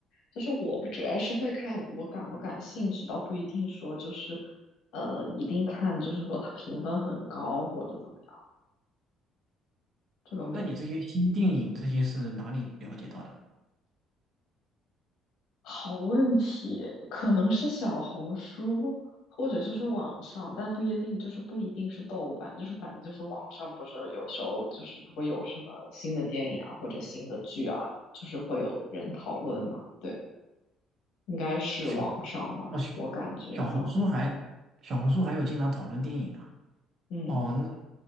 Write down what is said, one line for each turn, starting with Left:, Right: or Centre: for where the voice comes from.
Left: 就是我主要是会看我感不感兴趣，倒不一定说就是，呃，一定看就是说它评分很高或者怎么。样。这个没
Right: 那你这些新电影这些是哪里了解到的？
Left: 好问题，可能是小红书或者就是网上，但不一定，就是不一定是豆瓣，就是反正就是网上不是有时候就是如果有什么新的电影啊或者新的剧啊，就是会有人讨论嘛。对，应该是网上吧，
Right: 小哦小
Left: 我感觉，
Right: 小红书还小红书还有经常讨论电影的
Left: 嗯嗯，
Right: 哦，那